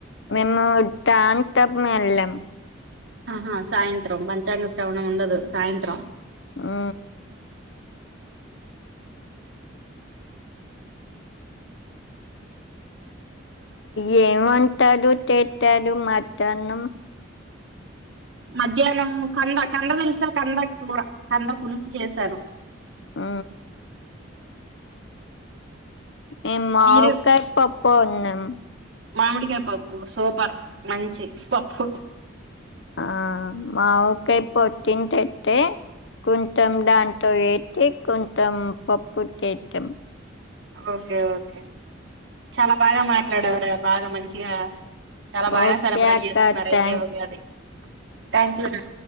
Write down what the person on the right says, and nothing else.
ఆహా సాయంత్రం పంచాంగ శ్రవణం ఉండదు సాయంత్రం
మధ్యాహ్నం కంద కంద తెలుసా కంద కూర కంద పులుసు చేశాను
మీరు
మామిడికాయపప్ సూపర్ మంచి పప్పు
ఓకే ఓకే చాలా బాగా మాట్లాడవ్ రా బాగా మంచిగా చాలా బాగా
సెలబ్రేట్
చేసుకున్నారు అయితే
ఉగాది థ్యాంక్ యూ రా